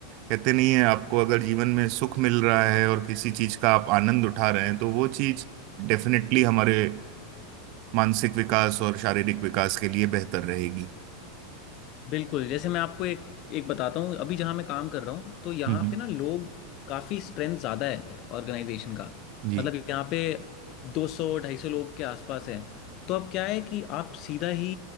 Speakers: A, on the right; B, on the left.
A: कहते नहीं है आपको अगर जीवन में सुख मिल रहा है और किसी चीज का आप आनंद उठा रहे हैं तो वो चीज डेफिनेटली हमारे मानसिक विकास और शारीरिक विकास के लिए बेहतर रहेगी
B: बिल्कुल जैसे मैं आपको एक एक बताता हूँ अभी जहाँ मैं काम कर रहा हूँ तो यहाँ
A: हम्म हम्म,
B: पे ना लोग काफ़ी स्ट्रेंथ ज़्यादा है ऑर्गेनाइजेशन का
A: जी
B: मतलब यहाँ पे 200 250 लोग के आसपास हैं तो अब क्या है कि आप सीधा ही